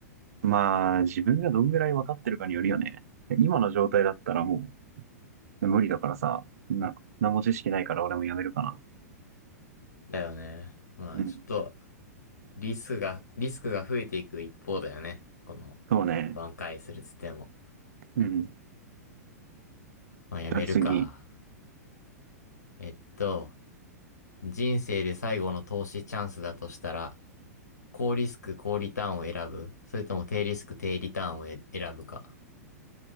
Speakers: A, on the right (about 65°); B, on the left (about 80°).
A: まあ、自分がどんぐらい分かってるかによるよね。今の状態だったらもう無理だからさ、な、何も知識ないから俺もやめるかな。
B: だよね。まあ、
A: うん。
B: ちょっと、リスクが、リスクが増えていく一方だよね。この、
A: そうね。
B: 挽回するっつっても。
A: うん。じ
B: まあ、やめるか。
A: ゃあ次。
B: えっと、人生で最後の投資チャンスだとしたら、高リスク、高リターンを選ぶそれとも低リスク、低リターンをえ選ぶか。